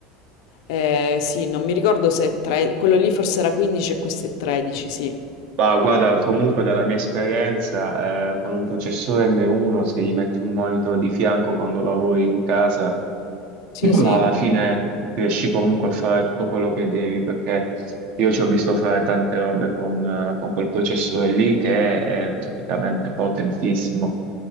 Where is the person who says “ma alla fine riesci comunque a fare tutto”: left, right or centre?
Right